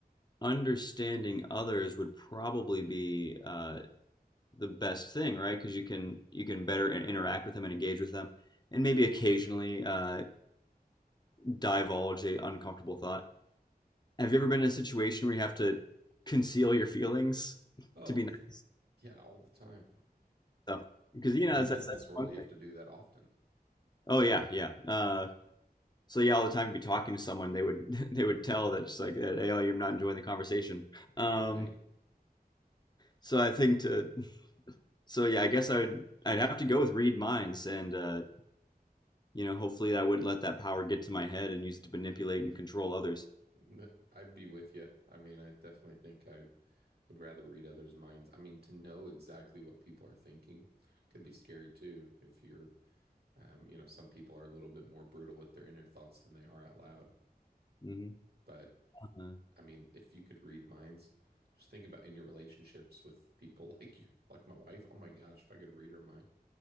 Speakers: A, on the left; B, on the right.
A: understanding others would probably be uh, the best thing, right? Because you can you can better interact with them and engage with them, and maybe occasionally uh, divulge a uncomfortable thought. Have you ever been in a situation where you have to conceal your feelings <laughs>
B: Oh,
A: to be nice?
B: pff, yeah, all the time.
A: So, because
B: In
A: you know that's
B: the business
A: that's, that's
B: world,
A: one
B: you
A: thing.
B: have to do that often,
A: Oh yeah, yeah. Uh, so yeah, all the time you'd be talking to someone, they would <laughs> they would tell that just like that, hey, oh, you're not enjoying the conversation. Um,
B: right?
A: so I think to so yeah, I guess I would I'd have to go with read minds, and uh, you know, hopefully I wouldn't let that power get to my head and use it to manipulate and control others.
B: <laughs> I'd be with you. I mean, I definitely think I would rather read others' minds. I mean, to know exactly what people are thinking could be scary too if you're Um, you know, some people are a little bit more brutal with their inner thoughts than they are out loud.
A: hmm
B: But
A: Uh,
B: I mean, if you could read minds, just think about in your relationships with people <laughs> like you, like my wife. Oh my gosh, if I could read her mind,